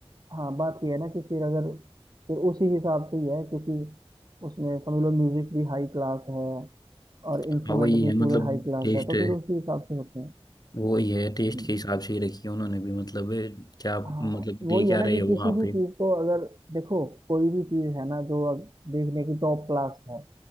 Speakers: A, on the right; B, on the left.
A: हाँ बात ये है ना कि फिर अगर फिर उसी हिसाब से ही है क्योंकि उसमें समझ लो म्यूजिक भी हाई क्लास है और इंस्ट्रूमेंट
B: हाँ वही है
A: भी
B: मतलब
A: पूरे हाई क्लास
B: टेस्ट
A: है तो फिर उसी हिसाब से होते हैं
B: वही है टेस्ट
A: हम्म।
B: के हिसाब से ही रखी है उन्होंने भी मतलब क्या मतलब
A: हाँ
B: दे
A: वही
B: क्या
A: है ना
B: रहे
A: कि
B: हो
A: किसी
B: वहाँ
A: भी
B: पे
A: चीज को अगर देखो कोई भी चीज है ना जो अब देखने की टॉप क्लास है